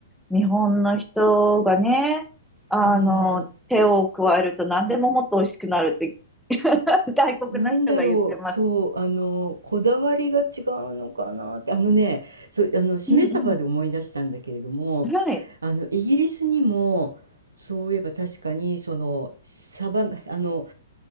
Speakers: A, in the centre; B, on the right.
A: う。日本の人がね、あの、
B: うん。
A: 手を加えると何でももっと美味しくなるって、<laughs> 外国の人が言ってます。
B: なんだろう、そう、あの、こだわりが違うのかなって、あのね、そう、あの、しめ鯖で思い出したんだけれども、
A: うんうん。はい。
B: あの、イギリスにも、そういえば確かに、その、鯖、あの、